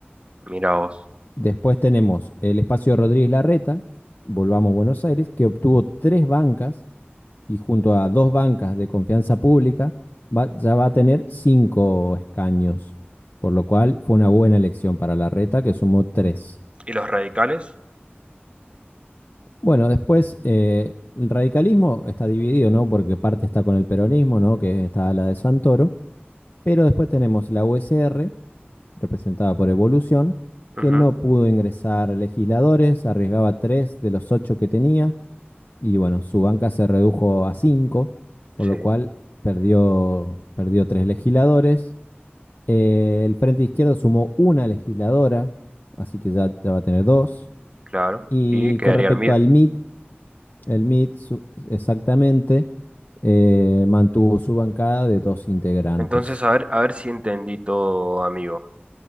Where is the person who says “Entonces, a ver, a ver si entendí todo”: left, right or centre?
Right